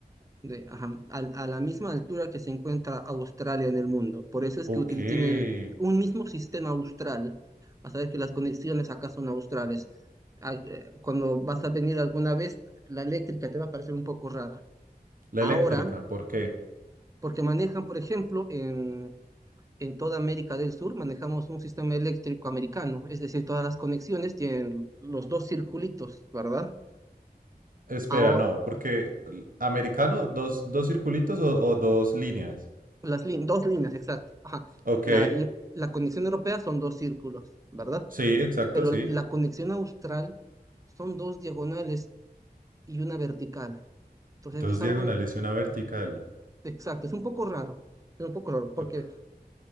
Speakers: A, on the right; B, on the right.
A: de- ajá, al- a, la misma altura que se encuentra Australia en el mundo. Por eso es
B: Ok,
A: que utili-
B: la
A: tienen un mismo sistema austral. Vas a ver que las conexiones acá son australes. Ah, eh, Cuando vas a venir alguna vez, la eléctrica te va a parecer un poco rara.
B: eléctrica,
A: Ahora,
B: ¿por qué?
A: porque manejan, por ejemplo, en, en toda América del Sur, manejamos un sistema eléctrico americano. Es decir, todas las conexiones tienen los dos circulitos, ¿verdad?
B: Espera,
A: Ahora,
B: no, porque l- americano, dos, dos circulitos o, o dos líneas.
A: Las lí- dos líneas, exacto. Ajá.
B: Ok,
A: La, la, la conexión europea son dos círculos, ¿verdad?
B: sí, exacto,
A: Pero
B: sí.
A: la conexión austral son dos diagonales y una vertical. Entonces
B: Dos
A: es
B: diagonales
A: algo
B: y una vertical.
A: exacto, es un poco raro, es un poco raro, porque
B: Ok.